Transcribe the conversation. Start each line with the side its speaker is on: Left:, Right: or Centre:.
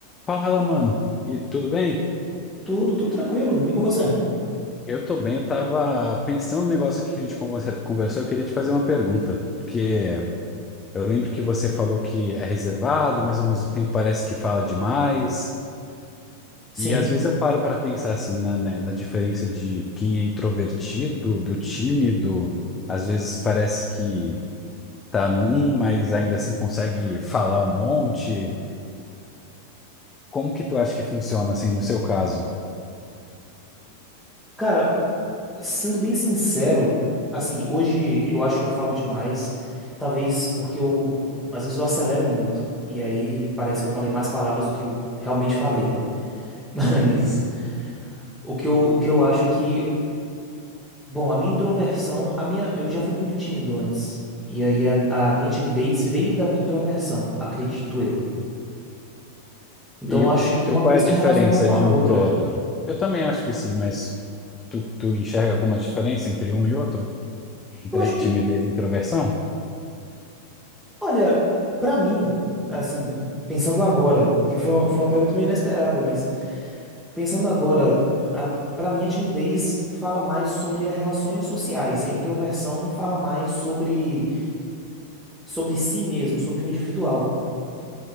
Left: Fala, mano. E tudo bem?
Centre: Tudo, tudo tranquilo. E com você?
Left: Eu tô bem. Eu tava pensando no negócio aqui que a gente conversa- conversou. Eu queria te fazer uma pergunta, porque eu lembro que você falou que é reservado, mas ao mesmo tempo parece que fala demais.
Centre: Sim.
Left: E às vezes eu paro para pensar assim na, né, na diferença de quem é introvertido, do tímido. Às vezes parece que tá no um, mas ainda assim consegue falar um monte. Como que tu acha que funciona assim no seu caso?
Centre: Cara, sendo bem sincero, assim, hoje eu acho que eu falo demais, talvez porque eu, às vezes eu acelero muito, e aí parece que eu falei mais palavras do que eu realmente falei. <laughs> Mas o que eu, o que eu acho é que, bom, a minha introversão, a minha, eu já fui muito tímido antes, e aí a, a minha timidez veio da minha introversão, acredito eu. Então
Left: E
Centre: eu acho que
Left: tu,
Centre: uma
Left: qual
Centre: coisa
Left: é a
Centre: está
Left: diferença
Centre: relacionada com
Left: de
Centre: a outra.
Left: um pro outro? Eu também acho que sim, mas tu, tu enxerga alguma diferença entre um e outro? Entre
Centre: Eu acho
Left: timidez
Centre: que
Left: e introversão? O
Centre: Olha, pra mim, assim, pensando agora, que foi uma, foi uma pergunta meio inesperada, mas pensando agora, a, para mim a timidez fala mais sobre as relações sociais, e a introversão fala mais sobre sobre si mesmo, sobre o individual.